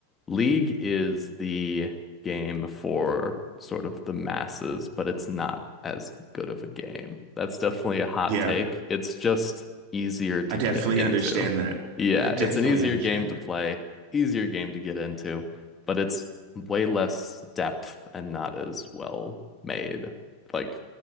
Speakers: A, on the left (about 20°); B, on the right (about 45°).
A: League is the game for sort of the masses, but it's not as good of a game. That's definitely a hot
B: Yeah,
A: take. It's just easier to
B: I definitely
A: get into.
B: <laughs> understand that.
A: Yeah,
B: I definitely
A: it's an easier
B: understand
A: game to
B: that.
A: play, easier game to get into, but it's way less depth and not as well made. Like